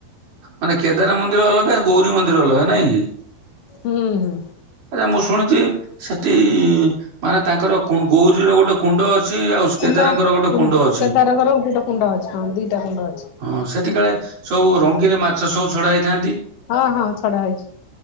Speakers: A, on the right; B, on the left.
A: ମାନେ କେଦାର ମନ୍ଦିର ଅଲଗା, ଗୌରୀ ମନ୍ଦିର ଅଲଗା ନାଇଁ କି?
B: ହୁଁ ହୁଁ।
A: ଆଛା ମୁଁ ଶୁଣିଛି ସେଠି ମାନେ ତାଙ୍କର ଗୌରୀର ଗୋଟେ କୁଣ୍ଡ ଅଛି? ଆଉ
B: କୁଣ୍ଡ
A: କେଦାରଙ୍କର ଗୋଟେ
B: କୁ-କେଦାରଙ୍କର
A: କୁଣ୍ଡ ଅଛି।
B: ଗୋଟେ କୁଣ୍ଡ ଅଛି ହିଁ, ଦିଟା କୁଣ୍ଡ ଅଛି।
A: ହଁ ସେଠି କାଳେ ସବୁ ରଙ୍ଗୀନୀ ମାଛ ସବୁ ଛଡା ହେଇଥାନ୍ତି?
B: ହଁ ହଁ ଛଡା ହେଇଛି।